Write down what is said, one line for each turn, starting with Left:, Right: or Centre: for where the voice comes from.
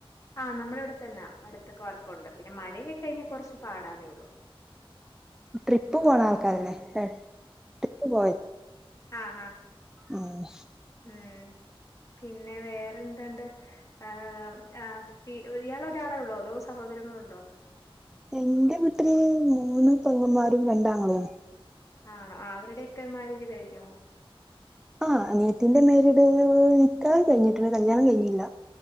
Left: ആഹ് നമ്മടെ ഇവിടെത്തന്നെ അടുത്തൊക്കെ വർക്കുണ്ട് പിന്നെ മഴയൊക്കെ കഴിഞ്ഞാൽ കുറച്ച് പാടന്നേ ഉള്ളു
Centre: ട്രിപ്പ് പോണ ആൾക്കാരല്ലേ ട്രിപ്പ് പോയ
Left: ആഹ ഹഹ
Centre: ആഹ
Left: ഉം പിന്നെ വേറെന്തുണ്ട്ആ ആ ഇയാൾ ഒരാളെ ഉള്ളോ അതോ സഹോദരങ്ങളുണ്ടോ
Centre: എന്റെ വീട്ടില് മൂന്ന് പങ്ങന്മാരും രണ്ടാങ്ങളമാരും
Left: ആണോ അവരുടെയൊക്കെ മാരേജ് കഴിഞ്ഞോ
Centre: ആഹ അനിയത്തിന്റെ മേരിട് നിക്കാഹ് കഴിഞ്ഞിട്ടുണ്ട് കല്യാണം കഴിഞ്ഞില്ല